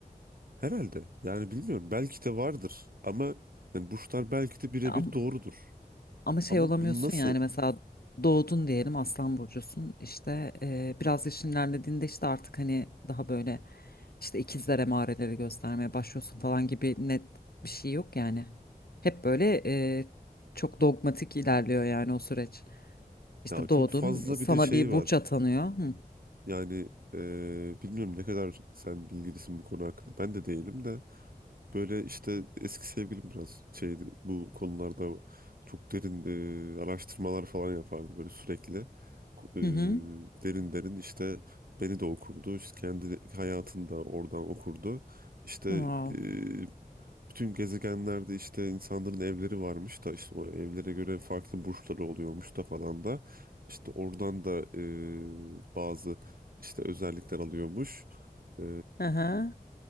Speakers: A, on the right; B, on the left.
A: herhalde. Yani bilmiyorum. Belki de vardır. Ama yani burçlar belki de birebir
B: Ya,
A: doğrudur.
B: Ama şey
A: Ama
B: olamıyorsun
A: bu nasıl?
B: yani mesela doğdun diyelim Aslan burcusun işte e, biraz yaşın ilerlediğinde işte artık hani daha böyle işte ikizler emareleri göstermeye başlıyorsun falan gibi net bir şey yok yani. Hep böyle e, çok dogmatik ilerliyor yani o süreç. İşte
A: Ya çok
B: doğdun
A: fazla
B: sana
A: bir de şey
B: bir
A: var.
B: burç atanıyor. Hı
A: Yani e, bilmiyorum ne kadar sen bilgilisin bu konu hakkında. Ben de değilim de. Böyle işte eski sevgilim biraz şeydi bu konularda çok derin e, araştırmalar falan yapardı böyle sürekli. Ku-
B: hı. hı.
A: e, derin derin işte beni de okurdu. işte kendi hayatını da oradan okurdu. İşte
B: Wow.
A: e, bütün gezegenlerde işte insanların evleri varmış da işte o evlere göre farklı burçları oluyormuş da falan da. İşte oradan da e, bazı işte özellikler alıyormuş. E,
B: Hı hı.